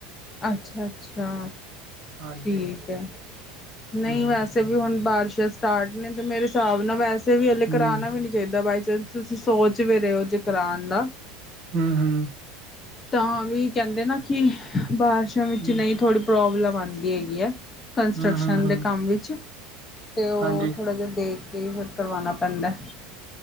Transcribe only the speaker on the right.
ਹਾਂਜੀ
ਹੂੰ
ਹੂੰ
ਹੂੰ-ਹੂੰ।
ਹੂੰ
ਹੂੰ ਹੂੰ ਹੂੰ
ਹਾਂਜੀ